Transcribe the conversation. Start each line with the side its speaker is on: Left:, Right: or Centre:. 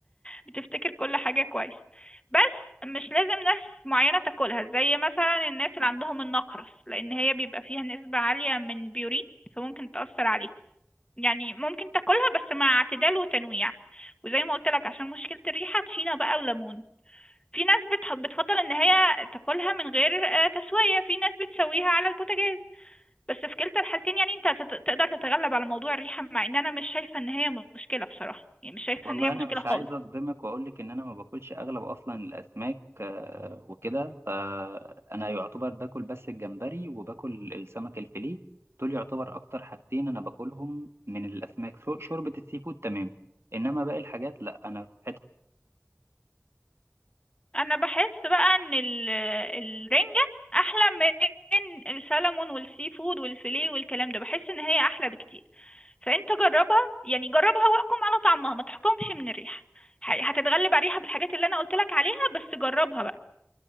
Left: بتفتكر كل حاجة كويس بس مش لازم ناس معينة تاكلها زي مثلا الناس اللي عندهم النقرس لان هي بيبقى فيها نسبة عالية من بيورين فممكن تأثر عليك يعني ممكن تاكلها بس مع اعتدال وتنويع وزي ما قلت لك عشان مشكلة الريحة طحينة بقى وليمون في ناس بتح- بتفضل ان هي تاكلها من غير آه، تسوية في ناس بتسويها على البوتاجاز بس في كلتا الحالتين يعني انت هتت- تقدر تتغلب على موضوع الريحة مع ان انا مش شايفة ان هي مشكلة بصراحة يعني مش شايفة
Right: والله
Left: ان هي مشكلة
Right: انا مش
Left: خالص
Right: عايز اصدمك واقول لك ان انا ما باكلش اغلب اصلا الاسماك آه، وكده فانا يعتبر باكل بس الجمبري وباكل السمك الفيليه دول يعتبر اكتر حاجتين انا باكلهم من الاسماك شو- شوربة السي فود تمام انما باقي الحاجات لا انا في حتة
Left: انا بحس بقى ان ال- الرنجة احلى من السلمون والسي فود والفيليه والكلام ده بحس ان هي احلى بكتير فانت جربها يعني جربها واحكم على طعمها ما تحكمش من الريحة ح- هتتغلب على الريحة بالحاجات اللي انا قلت لك عليها بس جربها بقى